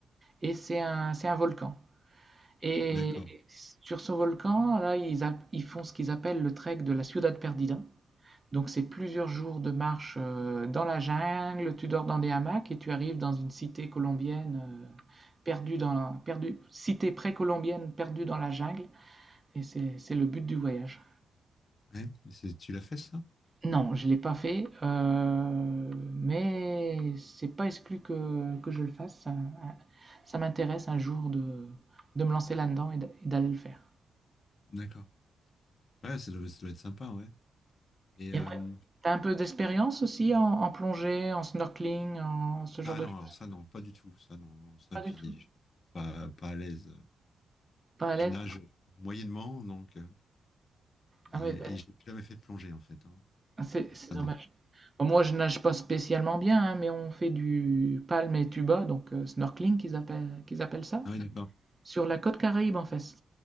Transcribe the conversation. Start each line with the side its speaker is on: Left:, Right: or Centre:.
Right: et c'est un, c'est un volcan. Et
Left: D'accord.
Right: sur ce volcan, là, ils, a- ils font ce qu'ils appellent le trek de la Ciudad Perdida. Donc c'est plusieurs jours de marche euh, dans la jungle, tu dors dans des hamacs et tu arrives dans une cité colombienne euh, perdue dans, perdue, cité précolombienne perdue dans la jungle, et c'est c'est le but du voyage.
Left: Ouais, mais c'est- tu l'as fait ça?
Right: Non, je ne l'ai pas fait, euh, mais c'est pas exclu que, que je le fasse. Ça, ça m'intéresse un jour de, de me lancer là-dedans et d'a- et d'aller le faire.
Left: D'accord. Ouais, ça doit, ça doit être sympa, ouais. Et
Right: Et
Left: euh,
Right: après, t'as un peu d'expérience aussi en, en plongée, en snorkeling, en ce genre
Left: ah
Right: de
Left: non,
Right: choses?
Left: alors ça non, pas du tout, ça non, non, ça
Right: Pas
Left: puis
Right: du tout.
Left: je suis pas pas à l'aise.
Right: Pas à
Left: Je
Right: l'aise?
Left: nage moyennement, donc euh, et,
Right: Ah ouais, bah,
Left: et j'ai jamais fait de plongée en fait, hein.
Right: c'est
Left: Donc
Right: c'est
Left: ça
Right: dommage.
Left: non.
Right: Bon, moi, je nage pas spécialement bien, hein, mais on fait du palme et tuba, donc euh, snorkeling qu'ils appellent, qu'ils appellent ça.
Left: Ah oui, d'accord.
Right: Sur la côte Caraïbe, en fait.